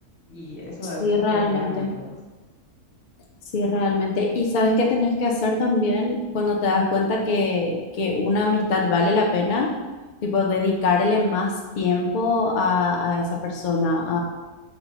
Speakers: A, on the left; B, on the left.
A: Y eso
B: sí,
A: es
B: realmente.
A: tener amigos.
B: Sí, realmente. Y sabes qué tenés que hacer también cuando te das cuenta que, que una amistad vale la pena, tipo, dedicarle más tiempo a, a esa persona,